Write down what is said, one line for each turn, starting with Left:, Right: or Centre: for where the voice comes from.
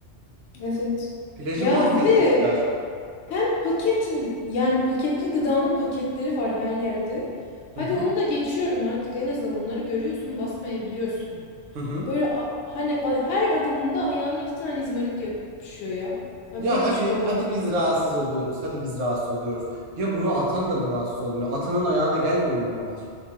Left: Evet.
Right: Plajı
Left: Ya
Right: mahvetmişler.
Left: bir de hem paket yani paketli gıdanın paketleri var her yerde. Hadi
Right: Hı hı.
Left: onu da geçiyorum artık. En azından onları görüyorsun, basmayabiliyorsun.
Right: Hı hı.
Left: Böyle a- hani a- her adımında ayağına iki tane izmarit yapışıyor ya. Ha,
Right: Ya
Left: Böyle
Right: hadi
Left: bir şey olamaz.
Right: hadi biz rahatsız oluyoruz. Hadi biz rahatsız oluyoruz. Ya bunu atan da mı rahatsız olmuyor? Atanın ayağına gelmiyor mu onlar?